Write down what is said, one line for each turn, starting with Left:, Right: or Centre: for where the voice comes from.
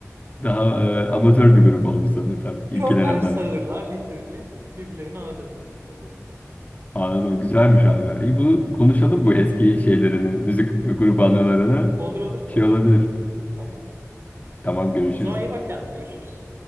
Left: daha e, amatör bir grup olmuş sanırım tam ilkine
Right: Körler
Left: nazaran.
Right: sağırlar literally birbirlerini ağırladı o grupta.
Left: Anladım. Güzelmiş abi. İyi bu konuşalım bu eski şeylerini, müzik grubu anılarını.
Right: Olur olur konuşalım.
Left: Şey olabilir.
Right: Tamam.
Left: Tamam görüşürüz.
Right: O zaman iyi bak kendine. Görüşürüz.